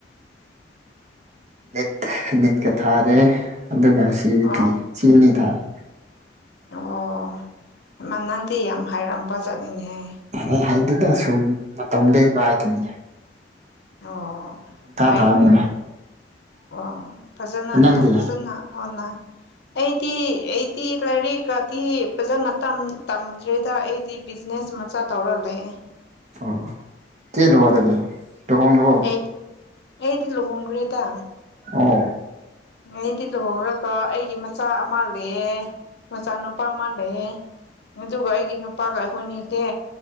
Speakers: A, on the right (about 40°); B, on the left (about 65°).
A: ꯅꯤꯠ ꯅꯤꯠꯀ ꯊꯥꯔꯦ ꯑꯗꯨꯒ ꯁꯤꯕꯨ
B: ꯑꯣ
A: ꯊꯤ ꯆꯤꯅꯤ ꯊꯥꯔꯦ꯫
B: ꯑꯣ ꯏꯃꯥ ꯅꯪꯗꯤ ꯌꯥꯝ ꯍꯥꯏꯔꯝꯕ ꯆꯠꯅꯤꯅꯦꯍꯦ꯫
A: ꯑ ꯍꯩꯗꯨꯅ ꯁꯨꯝ ꯃꯇꯝ ꯂꯦꯟꯕ ꯍꯥꯏꯗꯣꯏꯅꯦ꯫
B: ꯑꯣ ꯐꯔꯦ
A: ꯊꯥꯕꯅꯤꯅ
B: ꯐꯔꯦ ꯑꯣ ꯐꯖꯅ
A: ꯅꯪꯗꯤ
B: ꯇꯧ ꯐꯖꯅ ꯑꯣꯟꯅ ꯑꯩꯗꯤ ꯑꯩꯗꯤ ꯂꯥꯏꯔꯤꯛꯀꯗꯤ ꯐꯖꯅ ꯇꯝꯗ꯭ꯔꯦꯗ ꯑꯩ ꯇꯤ ꯕꯤꯖꯤꯅꯦꯁ ꯃꯆꯥ ꯇꯧꯔ ꯂꯩ꯫
A: ꯑꯣ ꯀꯩꯅ ꯗ ꯇ ꯍ ꯂꯕꯣ
B: ꯑꯩ ꯑꯩꯗꯤ ꯂꯨꯍꯣꯡꯈ꯭ꯔꯦꯗ
A: ꯑꯣ
B: ꯑꯩꯗꯤ ꯂꯨꯍꯣꯡꯡꯂꯄꯣ ꯑꯩꯒꯤ ꯃꯆꯥ ꯑꯃ ꯂꯩ ꯃꯆꯥꯅꯨꯄꯥ ꯑꯃ ꯂꯩꯌꯦ꯫ꯑꯗꯨꯒ ꯑꯩꯒꯤ ꯅꯨꯄꯥꯒ ꯑꯩꯈꯣꯏꯅꯤꯁꯦ